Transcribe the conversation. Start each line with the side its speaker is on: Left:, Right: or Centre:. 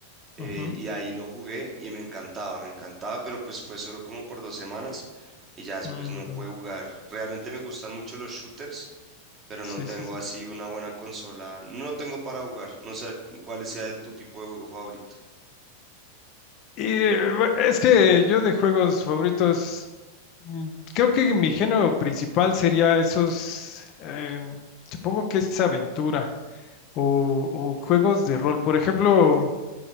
Right: eh,
Left: Ujú.
Right: y ahí lo jugué y me encantaba, me encantaba, pero pues fue solo como por dos semanas y ya después
Left: Mm,
Right: no
Left: ya.
Right: pude jugar. Realmente me gustan mucho los shooters, pero
Left: Sí,
Right: no tengo
Left: sí, sí.
Right: así una buena consola, no tengo para jugar, no sé cuál sea el, tu tipo de juego favorito.
Left: Y eh, bu- es que yo de juegos favoritos, mm, creo que mi género principal sería esos, em, supongo que es aventura o, o juegos de rol. Por ejemplo,